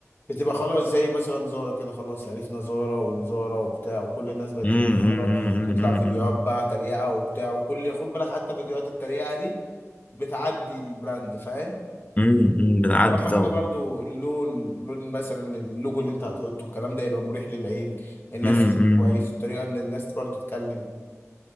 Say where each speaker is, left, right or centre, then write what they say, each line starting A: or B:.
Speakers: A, on the left (about 40°); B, on the left (about 25°).
A: إيه. بتبقى خلاص زي مثلا زارة كده خلاص عرفنا زارة وزارة وبتاع وكل الناس بقت
B: امم
A: تقول زارة
B: امم
A: وتطلع
B: امم
A: فيديوهات بقى تريقة وبتاع وكل خد بالك حتى فيديوهات التريقة دي بتعدي البراند فاهم
B: امم بتعدي
A: واهم
B: طبعا
A: حاجه برضو اللون لون مثلا اللوجو اللي انت هتحطه الكلام ده يبقى مريح للعين الناس
B: امم
A: تشوف كويس الطريقه ان الناس برضو تتكلم